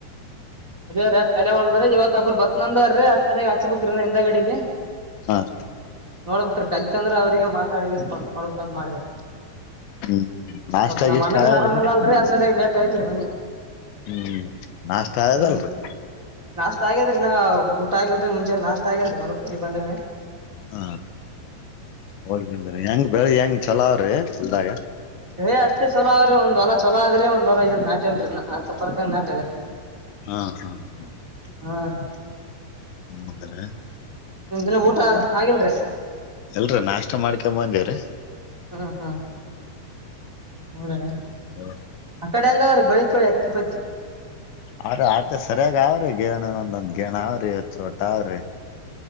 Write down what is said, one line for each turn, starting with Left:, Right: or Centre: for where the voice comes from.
Right: ಅದೇ ರ ಕಲೆ ಒಲ್ದ್ರ ಇವತ್ೊಬ್್ರರು ಬರ್ತ್ನಂದಾರ್ರೀ ಅ ದಾಗ ಹಚ್ಬಕ್ರಿ ಇನ್ನ ಹಿಂದ ಗಡಿಗೆ
Left: ಹಾ ರೀ
Right: ನೋಡ್ಬಕ್ರಿ. ಕಲಿತಂದ್ರೆ ಅವ್ರಿಗೆ ಮಾತಾಡ ಕೊಡ್ಬೇಕಂತ ಮಾಡೆವ್ರಿ.
Left: ಹ್ಮ್ ನಾಷ್ಟ
Right: ಅ ನಮ್ಮ
Left: ಗೀಷ್ಟ
Right: ಮನಗನ್
Left: ಆಗ್ಯದ್ರಿ
Right: ಆರಾಮಲ್ಲ ಅಲ್ರಿ ಸದ್ಯಾಗಿೇಟ್ ಇದತ್ ಬನ್ನಿ
Left: ಹ್ಮ್ ನಾಷ್ಟ ಆಗ್ಯದಲ್ರಿ
Right: ಹ್ಮ್ ನಾಷ್ಟ ಆಗ್ಯಾದ್ರಿ ನಾ ಊಟ ಆಗಲ್್ರ ಮುಂೆ ಲಾಷ್ಟ ಆಗದ ಬರ ಬಂದಿ
Left: ಹಾ ಹೋಗ ಹೆಂಗ ಬೆಳಿ ಹೆಂಗ ಚಲೋ ಅವ್ರಿ? ಒಲ್ದಾಗ
Right: ಹೇ ಅಷ್ಟ ಚಲ ಆದ್ರರಿ ಒಂದ್ ಹೊಲ ಚಲೋ ಆದ್ರಿ ಒಂದ್ಹೊಲ ಏನ್ ನಟ್ಯೇನ್ರಿ ನ ಅರ್ಕರ್ಕ ನಾಟ್ಯದ್ರಿ.
Left: ಹಾ ಹಾ ಹ
Right: ಹಾ ರಿ
Left: ಹ್ಮ ದ್ರ
Right: ನಿಮ್ದಿನ ಊಟ ಆಗಲ್ರೀ?
Left: ಎಲ್ರರಿ ನಾಷ್ಟ ಮಾಡ್ಕೊ ಬಂದಿವವ್ರೀ
Right: ಹಾ ಹಾ ಹೌದರೀ
Left: ಹ್ಮ
Right: ಕಡಂಗ ಅವ್ರು ಬೆಳತೊಳ್ಳಿ ಅತ್ತುಿ ಪತ್ತ
Left: ಆರೆ ಆತ ಸರಿಯಾಗ ಅವ್ರಿ ಗೇಣ ಒಂದೊಂದ್ ಗೇಣ ಅವ್ರಿ ಚೋಟ ಅವ್ರಿ